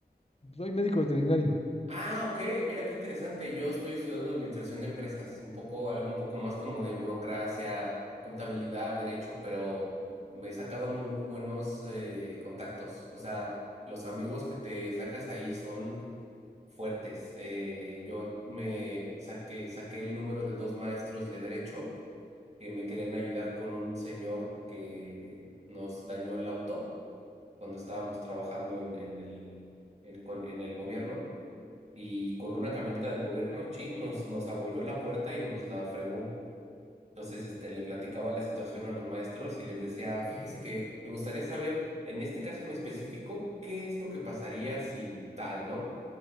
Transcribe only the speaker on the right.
Ah, ok, mira qué interesante. Yo estoy estudiando administración de empresas, un poco, algo un poco más como de burocracia, contabilidad, derecho, pero me he sacado muy buenos eh, contactos. O sea, los amigos que te sacas ahí son fuertes. Eh, yo me saqué, saqué el número de dos maestros de derecho que me querían ayudar con un señor que nos dañó el auto. cuando estábamos trabajando en, en el, el- con- en el gobierno y con una camioneta del gobierno, chin, nos, nos abolló la puerta y nos la fregó. Entonces, este, le platicaba la situación a los maestros y les decía, fíjese que me gustaría saber, en este caso en específico, qué es lo que pasaría si tal, ¿no?